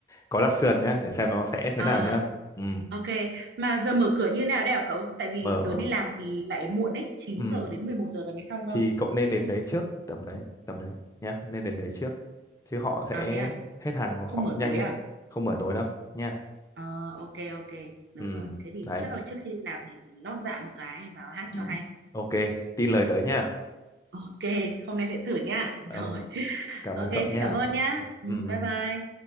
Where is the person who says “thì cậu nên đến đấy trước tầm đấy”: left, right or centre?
Left